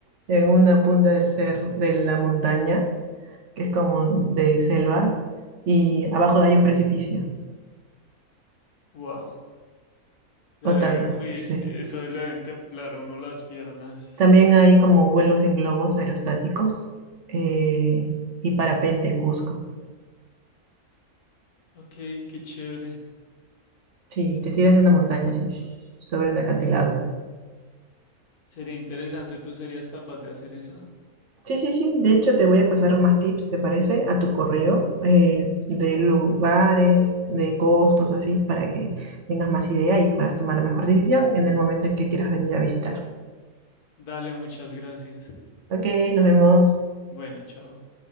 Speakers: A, on the right; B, on the left.
A: en una punta del cerro, de la montaña que es como de selva, y abajo hay un precipicio,
B: wow. Lo
A: Ottawa,
B: de- uy,
A: sí.
B: eso le deben templar a uno las piernas.
A: También hay como vuelos en globos aerostáticos eh, y parapente en Cusco.
B: Ok, qué chévere.
A: Sí, te tiras de una montaña así, sobre un acantilado.
B: Sería interesante, ¿tú serías capaz de hacer eso?
A: Sí, sí, sí. De hecho, te voy a pasar más tips, ¿te parece? A tu correo eh, de lugares, de costos, así, para que tengas más idea y puedas tomar la mejor decisión en el momento en que quieras venir a visitar.
B: Dale, muchas gracias.
A: Ok, nos vemos.
B: Bueno, chao.